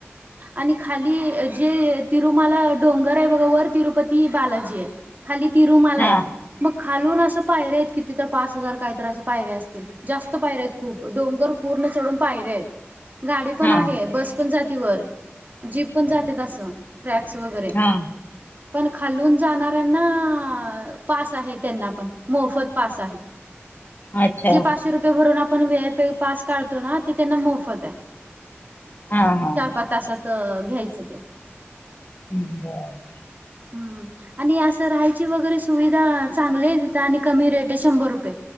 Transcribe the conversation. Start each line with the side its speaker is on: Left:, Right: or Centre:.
Right: आणि खाली जे तिरुमाला डोंगर आहे बघा वर तिरुपती बालाजी आहे. खाली तिरूमलाय
Left: हा
Right: मग खालून असं पायऱ्या आहेत किती तर पाच हजार कायतर असं पायऱ्या असतील. जास्त पायऱ्या आहेत खूप डोंगर पूर्ण चढून पायऱ्या आहेत. गाडी पण
Left: हा
Right: आहे बस पण जाती वर. जीप पण जातेत असं ट्रॅक्स वगैरे.
Left: हा
Right: पण खालून जाणाऱ्यांना पास आहे त्यांना पण मोफत पास आहे. <inaudible>
Left: अच्छा
Right: जे पाचशे रुपये भरून आपण वी आय पी पास काढतो ना ते त्यांना मोफत आहे.
Left: हा हा
Right: चार-पाच तासात घ्यायचं ते.
Left: <unintelligible>
Right: हम्म. आणि असं राहायची वगैरे सुविधा चांगली आहे तिथं आणि कमी रेट आहे शंभर रुपये